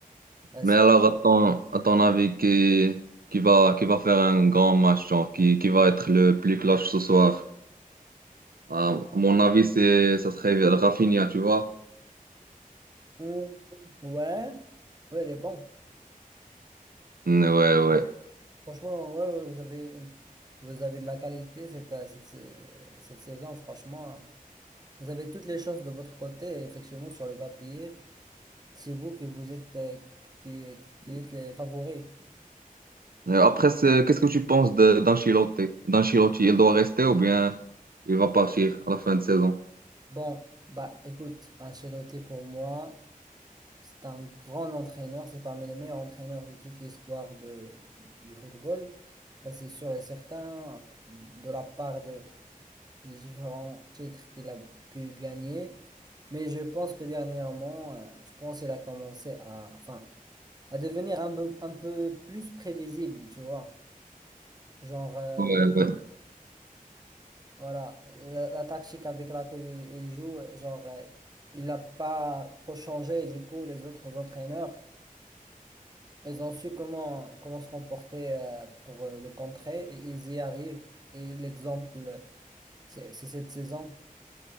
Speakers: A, on the right; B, on the right.
A: Parce
B: Mais alors,
A: que,
B: à ton, à ton avis, qui, qui va, qui va faire un grand match, genre, qui, qui va être le plus clutch ce soir? Ah, À mon avis, c'est, ça serait Rafinha, tu vois?
A: Hum, ouais, ouais, elle est bon.
B: Mm, Ouais, ouais.
A: Franchement, ouais, ouais, vous avez une- vous avez de la qualité cette, euh, cette, euh, cette saison, franchement. Vous avez toutes les chances de votre côté, et effectivement, sur le papier. C'est vous qui vous êtes, euh, qui, qui êtes les favoris.
B: Euh, Après, c'est- qu'est-ce que tu penses de- d'Ancelotti? D'Ancelotti, il doit rester ou bien il va partir à la fin de saison?
A: Bon, bah écoute, Ancelotti pour moi. C'est un grand entraîneur, c'est parmi les meilleurs entraîneurs de toute l'histoire de, du football. Ça, c'est sûr et certain, euh, de la part de, des différents titres qu'il a pu gagner. Mais je pense que dernièrement, euh, je pense qu'il a commencé à, enfin, à devenir un peu, un peu plus prévisible, tu vois. Genre, euh,
B: Ouais, ouais.
A: voilà, la, la tactique avec laquelle il, il joue, genre, euh, il n'a pas trop changé. Et du coup, les autres entraîneurs, Ils ont su comment, comment se comporter euh, pour euh, le contrer et ils y arrivent. Et l'exemple, c'est c'est cette saison.